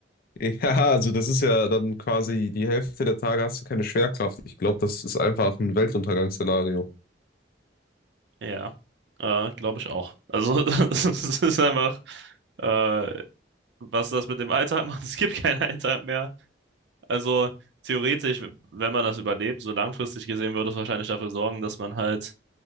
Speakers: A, on the left (about 50°); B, on the right (about 65°).
A: Ja, also das ist ja dann quasi die Hälfte der Tage hast du keine Schwerkraft. Ich glaube, das ist einfach ein Weltuntergangsszenario.
B: Ja, äh, glaube ich auch. Also, <laughs> das ist ist einfach, äh, was das mit dem Alltag macht. Es gibt keinen Alltag mehr. Also, theoretisch, wenn man das überlebt, so langfristig gesehen, würde es wahrscheinlich dafür sorgen, dass man halt